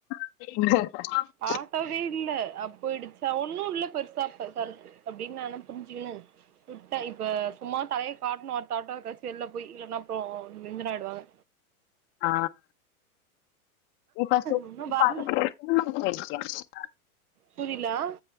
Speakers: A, on the left; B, on the right.
A: <inaudible>
B: ஆட்டோவே இல்ல அப்போ இடிச்சா ஒன்னு இல்ல பெருசா <unintelligible> அப்டின்னு நானே புரிஞ்சிக்குனு விட்ட இப்ப சும்மா தலய காட்டனு அடுத்த ஆட்டோக்காச்சு வெளிலபோயி இல்லன்னா அப்றோ டென்ஷன் ஆயிடுவாங்க
A: ஆ <inaudible>
B: இன்னு வரல புரில ஆ